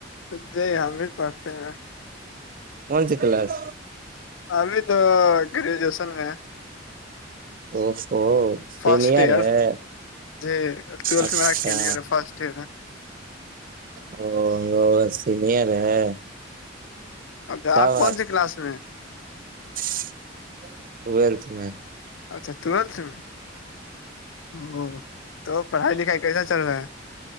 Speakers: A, on the left; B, on the right.
A: ہ جی ہم بھی پڑتے ہیںا
B: کون س کلاس
A: ابھی تو گریجویشن میں ہے
B: ا ہو سینئر
A: فرسٹ ایئر
B: ہے
A: جی ٹویلتھ
B: اچھا
A: میرا کلیئر ہے فرسٹ ایئر ہے
B: او لو بس سینر ہے
A: اب
B: تب
A: آپ کون سےی کلاس میں
B: اچ <unintelligible> ہول ت میں
A: اچھا ٹویلتھ میں او تو پڑھائی لکھائی کیسا چل رہا ہے